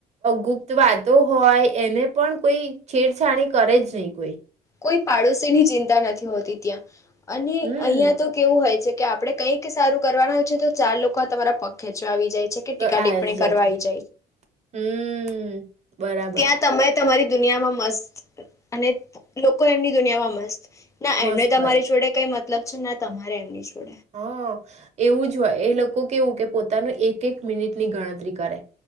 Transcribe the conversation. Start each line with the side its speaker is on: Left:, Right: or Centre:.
Right: ગુપ્ત વાતો હોય. એને પણ કોઈ છેડછાણી કરે જ નહી કોઈ.
Left: કોઈ પાડોશીની ચિંતા નથી હોતી ત્યાં. અને
Right: હમ
Left: અહિયાં તો કેવું હોય છે કે આપડે કંઈક સારું કરવાના હોય છે તો ચાર લોકો તમારા પગ ખેચવા આવી જાય. છે કે ટીકા
Right: આવે
Left: ટિપ્પણી
Right: જ જાય
Left: કરવા
Right: છે
Left: આવી
Right: હમ. બરાબર.
Left: ત્યાં તમે તમારી દુનિયામાં મસ્ત અને લોકો એમની દુનિયામાં મસ્ત. ના
Right: મસ્ત
Left: એમને તમારી
Right: હોય
Left: જોડે કઈ મ મતલબ છે ના તમારે એમની જોડ <unintelligible>
Right: હ એવું જ હોય એ લોકો કેવું કે પોતાનું એક એક મિનિટની ગણતરી કરે.